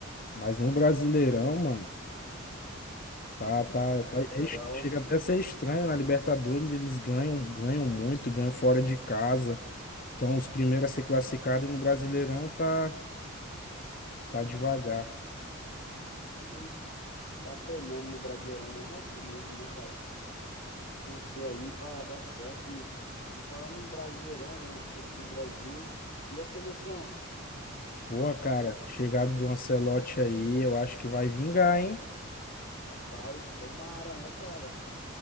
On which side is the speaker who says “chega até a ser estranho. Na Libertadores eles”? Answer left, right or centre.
Left